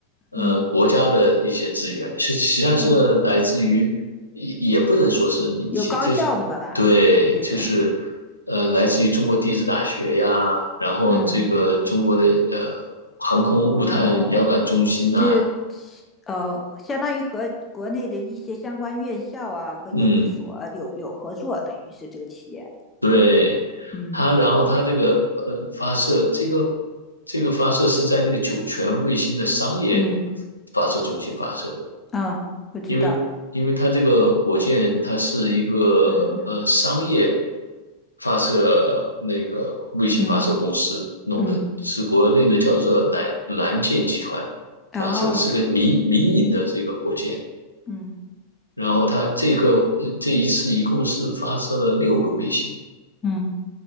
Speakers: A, on the left; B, on the left.
A: 呃国家的一些资源，
B: 嗯，
A: 是实际上是来自于也也不能说是民企，
B: 哦，有高校的吧？
A: 就是对，
B: 会不会这种？
A: 就是呃来自于中国地质大学呀，然后这个中国的呃航空物探遥感中心呐、
B: 嗯，哦，就是呃，相当于和国内的一些相关院校啊和研究所啊有有合作，
A: 嗯，
B: 等于是这个企业。
A: 对，
B: 嗯
A: 它，然后它这个呃发射，这个这个发射是在那个酒泉卫星的商业
B: 嗯
A: 发射中心发射的，
B: 啊，我知道。
A: 因为因为它这个火箭它是一个呃商业
B: 嗯，
A: 发射那个卫星发射公司弄的，
B: 嗯嗯
A: 是国内的叫做蓝蓝箭集团发射的是个民民营的这个火箭。
B: 然后嗯。
A: 然后它这个呃这一次一共是发射了六个卫星，
B: 嗯。